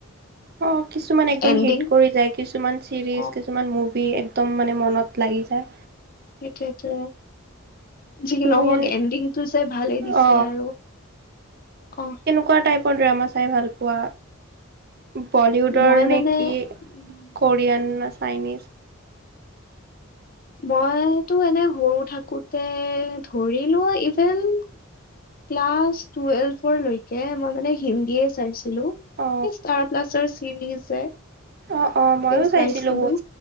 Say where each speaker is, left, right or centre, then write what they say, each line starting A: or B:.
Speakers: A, on the right; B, on the left.
A: অ কিছুমান একদম
B: এণ্ডিং
A: হিট কৰি যায় কিছুমান চিৰিজ
B: অ
A: কিছুমান মুভি একদম মানে মনত লাগি যায়।
B: সেইটোৱেটো যি
A: তুমি
B: নহওক
A: এনে
B: এণ্ডিংটো যে ভালেই দিছে
A: অ
B: আৰু অ।
A: কোৱা টাইপৰ ড্ৰামা চাই ভাল পোৱা, বলিউডৰ
B: মই মানে
A: নে কি?
B: উম,
A: কৰিয়ান না চাইনিজ
B: মইতো এনে সৰু থাকোতে ধৰি লোৱা ইভেন ক্লাচ টুৱেলভৰলৈকে ম‌ই মানে হিন্দীয়ে চাইছিলো,
A: অ
B: সেই ষ্টাৰ প্লাছৰ <unintelligible> সেনেকে
A: অ অ ময়ো
B: চাইছিলো
A: বহুত